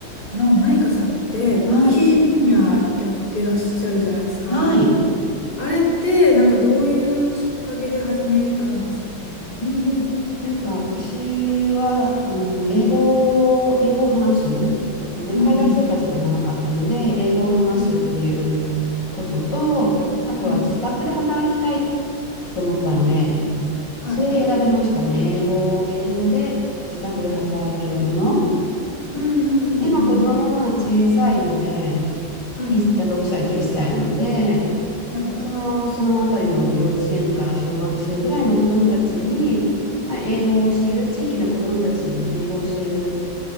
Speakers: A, on the left (about 25°); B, on the left (about 65°).
A: あの、マイカさんって、
B: はい。
A: イ c c ジュニアやってらっしゃるじゃないですか。
B: はい。
A: あれって、なんかどういうきっかけで始めたんですかね。
B: うんうん、なんか私はあの英語、英語を話すので海外生活が長かったので英語を話すっていう
A: うんうん。うん
B: こととあとは自宅で働きたい
A: うん。
B: と思ったので
A: はい。
B: それで選びましたね英語、英語で自宅で働けるもの
A: うんうんうん
B: で、まあ、子供もまあ小さいので
A: うん。
B: い6歳と1歳なので
A: うん。はい。
B: その、そのあたりの幼稚園から小学生ぐらいの子どもたちに、まあ、英語を教える、地域の子どもたちに英語を教える